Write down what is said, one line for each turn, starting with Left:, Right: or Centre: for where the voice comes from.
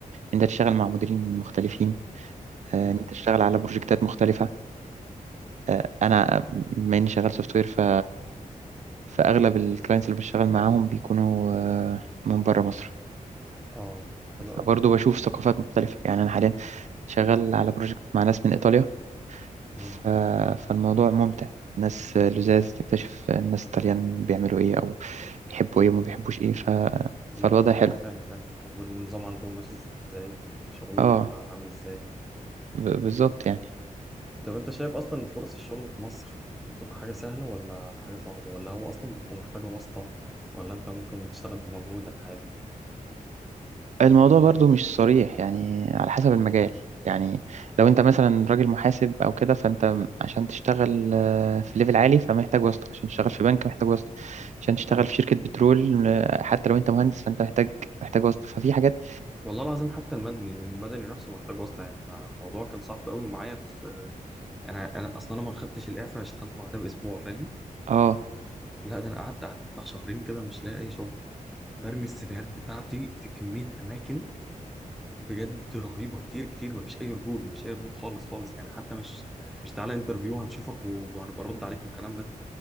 Right: إن أنت تشتغل مع مديرين مختلفين آه،
Centre: امم
Right: ان انت تشتغل على بروجكتات مختلفه آه، انا بما اني شغال سوفت وير ف فاغلب الكلاينتس اللي بشتغل معاهم بيكونوا آه، من بره مصر
Centre: اه حلو
Right: فبرضه
Centre: قوي
Right: بشوف ثقافات مختلفه يعني انا حاليا شغال على بروجكت مع ناس من ايطاليا
Centre: امم
Right: ف... فالموضوع ممتع ناس لزاز تكتشف الناس الطليان بيعملوا ايه او بيحبوا ايه وما بيحبوش ايه ف... فالوضع
Centre: اه
Right: حلو
Centre: اه فاهم فاهم والنظام عندهم ماشي ازاي وشغلهم
Right: اه
Centre: بيبقى عامل ازاي
Right: ب... بالظبط يعني
Centre: طب انت شايف اصلا فرص الشغل في مصر بتبقى حاجة سهلة ولا حاجة صعبة ولا هو اصلا بتبقى محتاجة واسطة ولا انت ممكن تشتغل بمجهودك عادي
Right: الموضوع برضو مش صريح يعني على حسب المجال يعني لو انت مثلا راجل محاسب او كده فانت عشان تشتغل آه، في ليفل عالي فمحتاج واسطة عشان تشتغل في بنك محتاج واسطة عشان تشتغل
Centre: اه
Right: في شركة بترول آه، حتى لو انت مهندس فانت محتاج محتاج واسطة ففي حاجات
Centre: والله العظيم حتى المدني المدني نفسه محتاج واسطة يعني أنا الموضوع كان صعب قوي معايا في انا انا اصلا انا ما خدتش الاعفاء اشتغلت بعدها باسبوع فاهم
Right: اه
Centre: لا ده انا قعدت قعدت بتاع شهرين كده مش لاقي اي شغل برمي السيفيهات بتاعتي في كمية اماكن بجد رهيبة كتير كتير مفيش اي ردود مفيش اي ردود خالص خالص يعني حتى مش مش تعالى انترفيو هنشوفك وهنبقى نرد عليك والكلام ده